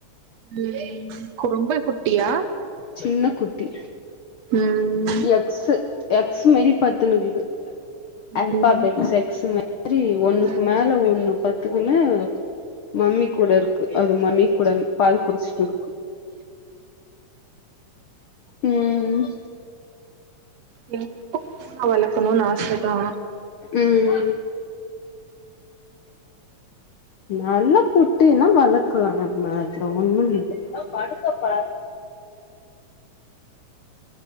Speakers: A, on the right; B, on the left.
A: ம் குறும்பு குட்டியா
B: சின்ன குட்டி
A: ம்
B: எக்ஸ்ஸு எக்ஸ்மாரி பத்துனுக்குது
A: ம்
B: ஆல்ஃபபெட் எக்ஸ்மாரி ஒன்னுக்கு
A: ம்
B: மேல ஒன்னு பத்துக்குன்னு மம்மி கூட இருக்கு அது மம்மிகூட பால் குடிச்சுட்ருக்கு ம்
A: நனக்கு பூன வளக்கணுன் ஆசதா
B: ம் நல்ல குட்டினா வளக்குலா நம்ம அதுல ஒன்னு இல்ல நா படுத்தப்பா